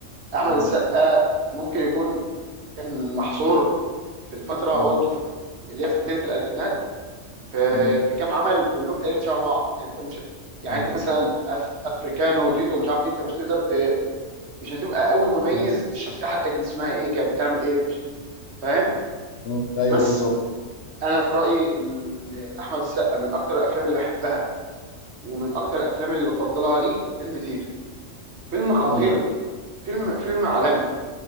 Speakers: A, on the right; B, on the left.
A: احمد
B: مم.
A: السقا ممكن يكون كان محصور في الفتره
B: مم.
A: برضه في اللي هي في بدايه الالفينات في
B: مم.
A: في كام عمل كلهم تقريبا شبه بعض يعني انت مش يعني
B: مم.
A: انت مثلا أف... افريكانو وتيتو مش عارف ايه انت مش تقدر ت... مش هتبقى قوي مميز
B: مم.
A: الشخصيه حتى كان اسمها ايه كانت بتعمل ايه مش- فاهم
B: مم. ايوه
A: بس
B: بالظبط
A: انا في رايي ان احمد السقا من اكتر الافلام اللي بحبها ومن اكتر الافلام اللي بفضلها ليه فيلم تيتو فيلم خطير
B: مم.
A: فيلم فيلم عالمي